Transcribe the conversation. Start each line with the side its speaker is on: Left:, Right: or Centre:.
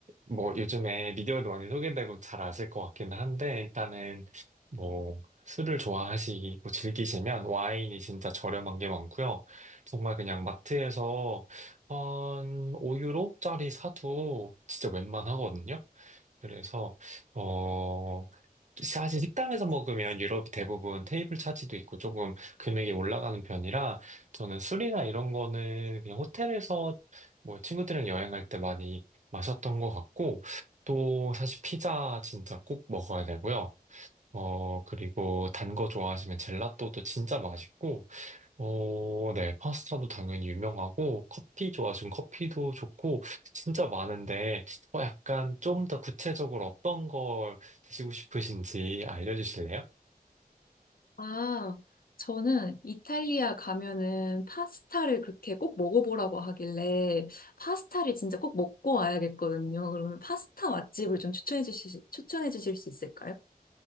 Right: 뭐 요즘에 미디어에도 많이 소개되고 잘 아실 것 같기는 한데 일단은 뭐 술을 좋아하시고 즐기시면 와인이 진짜 저렴한 게 많고요. 정말 그냥 마트에서 한 5유로짜리 사도 진짜 웬만하거든요. 그래서 어 사실 식당에서 먹으면 유럽이 대부분 테이블 차지도 있고 조금 금액이 올라가는 편이라 저는 술이나 이런 거는 그냥 호텔에서 뭐 친구들이랑 여행할 때 많이 마셨던 것 같고 또 사실 피자 진짜 꼭 먹어야 되고요. 어 그리고 단 거 좋아하시면 젤라또도 진짜 맛있고 어, 네. 파스타도 당연히 유명하고, 커피 좋아하시면 커피도 좋고, 진짜 많은데, 어, 약간 좀 더 구체적으로 어떤 걸 드시고 싶으신지 알려주실래요?
Left: 아, 저는 이탈리아 가면은 파스타를 그렇게 꼭 먹어보라고 하길래 파스타를 진짜 꼭 먹고 와야겠거든요. 그러면 파스타 맛집을 좀 추천해 주실, 추천해 주실 수 있을까요?